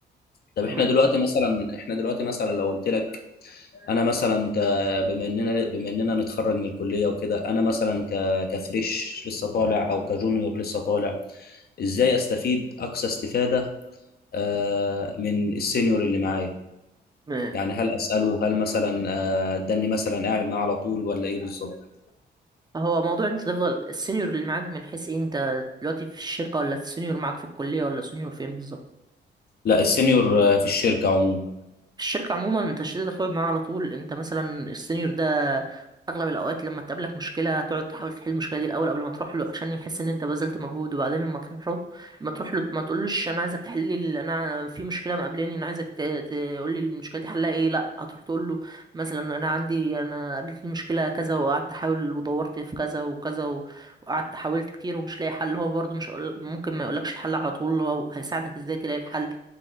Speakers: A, on the left (about 55°); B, on the right (about 20°).
A: طب
B: تمام
A: احنا دلوقتي مثلا احنا دلوقتي مثلا لو قلت لك انا مثلا ك بما اننا بما اننا نتخرج من الكليه وكده انا مثلا ك كفريش لسه طالع او كجونيور لسه طالع ازاي استفيد اقصى استفاده آه، من السينيور اللي معايا
B: م-
A: يعني هل اساله هل مثلا آه، اداني مثلا قاعد معاه على طول ولا ايه بالظبط
B: هو موضوع انت تفضل السينيور اللي معاك من حيث ايه انت دلوقتي في الشركه ولا السينيور معاك في الكليه ولا سينيور فين بالظبط
A: لا السينيور آه، في الشركه عموما
B: الشركة عموما تشديد الخلق معاها على طول انت مثلا السينيور ده اغلب الاوقات لما تقابلك مشكلة تقعد تحاول تحل المشكلة دي الاول قبل ما تروح له عشان يحس ان انت بذلت مجهود وبعدين لما تروح له ما تروح له ما تقولوش انا عايزك تحل لي ال- انا في مشكلة مقابلاني انا عايزك تقول لي المشكلة دي حلها ايه لا هتروح تقول له مثلا انا عندي انا قابلتني مشكلة كذا وقعدت احاول ودورت في كذا وكذا و- وقعدت حاولت كتير ومش لاقي حل هو برضه مش هيقول- ممكن ما يقولكش الحل على طول هو هيساعدك ازاي تلاقي الحل